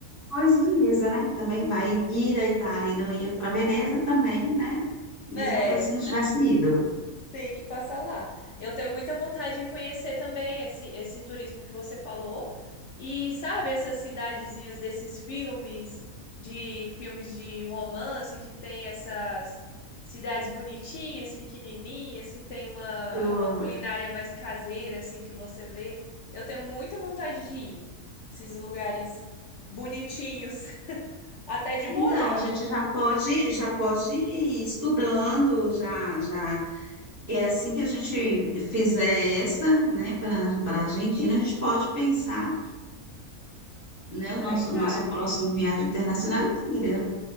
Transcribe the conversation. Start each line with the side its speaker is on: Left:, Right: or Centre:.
Right: Pois Veneza, né, que também vai ir à Itália e não ia para Veneza também, né? Mesma
Left: É,
Right: coisa se não tivesse ido.
Left: Tem que passar lá. Eu tenho muita vontade de conhecer também esse, esse turismo que você falou. E sabe essas cidadezinhas desses filmes, de filmes de romance, que tem essas cidades bonitinhas, pequenininhas, que tem uma,
Right: Então,
Left: uma culinária mais caseira, assim, que você vê. Eu tenho muita vontade de ir. Esses lugares bonitinhos. <laughs> Até de
Right: então,
Left: morar
Right: a gente já pode, já pode ir estudando, já, já, porque é assim que a gente fizer essa, né, para para a Argentina, a gente pode pensar, né,
Left: na
Right: o
Left: da
Right: nosso
Left: Itália.
Right: nossa próxima viagem internacional à Itália.